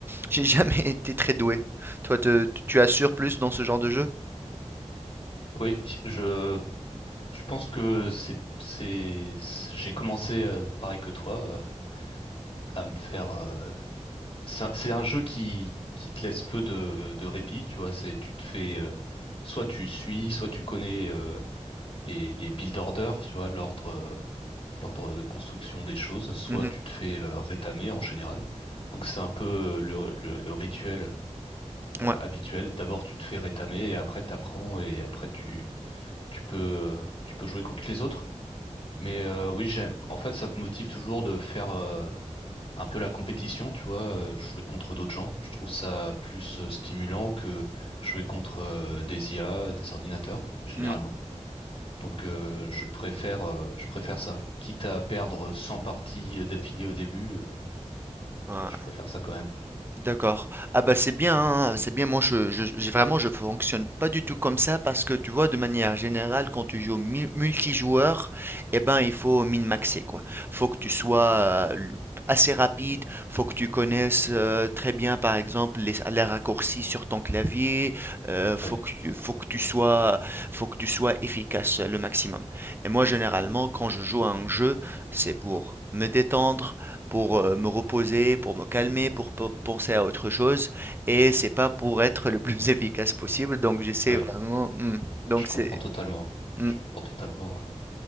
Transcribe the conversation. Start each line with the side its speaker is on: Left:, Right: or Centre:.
Right: j'ai jamais <laughs> été très doué. Toi, te- tu assures plus dans ce genre de jeu?
Left: Oui, je je pense que c'est c'est c'est- j'ai commencé euh, pareil que toi euh, à me faire euh, C'est un c'est un jeu qui, qui te laisse peu de, de répit, tu vois. C'est, tu te fais, euh, soit tu suis, soit tu connais euh, les, les build orders, tu vois, l'ordre, euh, l'ordre de construction des choses, soit
Right: Mhm,
Left: tu te fais euh, rétamer en général. Donc c'est un peu euh, le, le- le rituel
Right: mm,
Left: euh,
Right: ouais,
Left: habituel. D'abord tu te fais rétamer et après t'apprends et après tu, tu peux, euh, tu peux jouer contre les autres. Mais euh, oui, j'ai, en fait, ça me motive toujours de faire. euh, un peu la compétition, tu vois, euh, jouer contre d'autres gens. Je trouve ça plus euh, stimulant que jouer contre euh, des IA, des ordinateurs, généralement.
Right: mm,
Left: Donc euh, je préfère euh, je préfère ça. Quitte à perdre 100 parties euh, d'affilée au début, euh,
Right: ouais.
Left: mais je préfère ça quand même.
Right: D'accord. Ah bah c'est bien, hein, c'est bien. Moi, je, je, j'ai vraiment, je fonctionne pas du tout comme ça parce que tu vois, de manière générale, quand tu joues mu- multijoueur, eh ben, il faut min-maxer quoi. Faut que tu sois euh, l- assez rapide, faut que tu connaisses euh, très bien, par exemple, les, les raccourcis sur ton clavier. euh, faut
Left: Ouais,
Right: que, tu- faut que tu sois, faut que tu sois efficace euh, le maximum. Et moi, généralement, quand je joue à un jeu, c'est pour me détendre pour, heu, me reposer, pour me calmer, pour pe penser à autre chose et c'est pas pour être le plus <laughs> efficace possible donc j'essaie
Left: ouais,
Right: vraiment mmh, donc
Left: je comprends
Right: c'est
Left: totalement.
Right: mmh,
Left: Je comprends totalement.